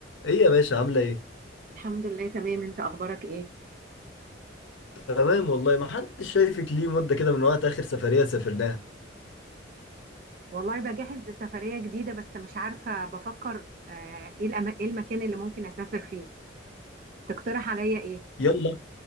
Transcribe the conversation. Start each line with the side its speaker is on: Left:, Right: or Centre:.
Left: ايه يا باشا عاملة ايه؟
Right: الحمد لله تمام انت اخبارك ايه
Left: تمام والله ما حدش شايفك ليه مدة كده من وقت آخر سفرية سافرناها
Right: والله بجهز لسفرية جديدة بس مش عارفة بفكر آه، ايه الأما... ايه المكان اللي ممكن اسافر فيه تقترح عليا ايه
Left: يلا